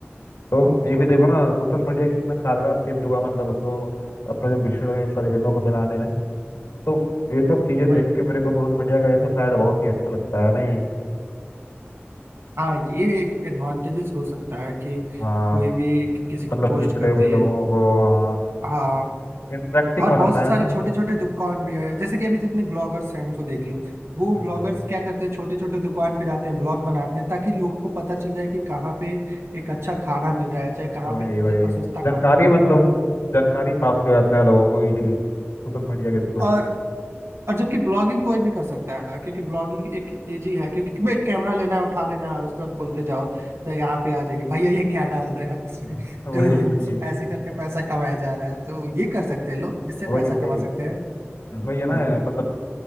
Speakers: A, on the left; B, on the right.
A: तो
B: अच्छा
A: ये भी देखो ना सोशल मीडिया कितना कारगर सिद्ध हुआ मतलब दो अपने जो बिछड़े हुए परिजनों को मिलाने में तो ये सब चीजें
B: वही
A: देख के मेरे को सोशल मीडिया का ये सब साइड बहुत ही अच्छा लगता है नहीं
B: हाँ ये एक एडवांटेजेस हो सकता है कि
A: हाँ
B: कोई भी किसी
A: मतलब
B: को पोस्ट
A: बिछड़े
B: कर
A: हुए
B: दे
A: लोगों को हाँ
B: हाँ
A: इंटरेक्टिंग
B: और
A: बनाता
B: बहुत
A: है
B: सारे
A: ना
B: छोटे छोटे दुकान भी है जैसे कि अभी जितने ब्लॉगर्स हैं उनको देख लो वो
A: हाँ
B: ब्लॉगर्स क्या करते हैं छोटे छोटे दुकान पे जाते हैं ब्लॉग बनाते हैं ताकि लोगों को पता चल जाए कि कहाँ पे एक अच्छा खाना मिल रहा है चाहे कहाँ
A: वही
B: पे
A: वही
B: सस्ता
A: जानकारी
B: कपड़ा मिल
A: मतलब
B: रहा है
A: जानकारी प्राप्त हो जाता है लोगों को इजीली सोशल मीडिया के थ्रू
B: और और जबकि ब्लॉगिंग कोई भी कर सकता है क्योंकि ब्लॉगिंग एक इजी है क्योंकि <laughs> मैं कैमरा लेना है उठा लेना है और उसके बाद बोलते जाओ तो यहाँ पे आ जाइए भैया ये क्या डाल रहे हैं आप इसमें <laughs>
A: वही वही
B: तो ऐसे करके पैसा कमाया जा रहा है तो ये कर सकते हैं लोग इससे
A: वही
B: पैसा
A: वही
B: कमा सकते हैं
A: वही है ना
B: हम
A: मतलब